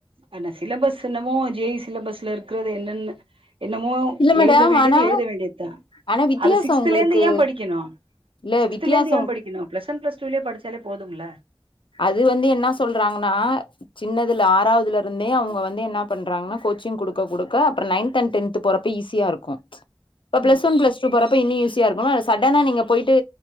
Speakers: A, on the right; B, on the left.
A: ஆனா சிலபஸ் என்னமோ ஜேயி சிலபஸ்ல இருக்கிறது என்னன்னு என்னமோ
B: இல்ல மேடம்
A: எழுத வேண்டியது
B: ஆனா
A: எழுத வேண்டியதுதா
B: ஆனா வித்தியாசோ
A: அத சிக்ஸ்த்துலேந்து
B: உங்களுக்கு
A: ஏ படிக்கணு
B: இல்ல
A: சிக்ஸ்த்துலேந்து
B: வித்தியாசோ
A: ஏ படிக்கணு பிளஸ் ஒன் பிளஸ்டூலயே படிச்சாலே போதும்ல
B: அது வந்து என்ன சொல்றாங்கன்னா சின்னதுல ஆறாவதுல இருந்தே அவுங்க வந்து என்ன பண்றாங்கன்னா கோச்சிங் குடுக்க குடுக்க அப்புற நைன்த் அண்ட் டென்த் போறப்ப ஈஸியா இருக்கு இப்ப பிளஸ்
A: ம்
B: ஒன் பிளஸ்டூ போறப்ப இனி யூஸ் யா இருக்குல சடனா நீங்க போயிட்டு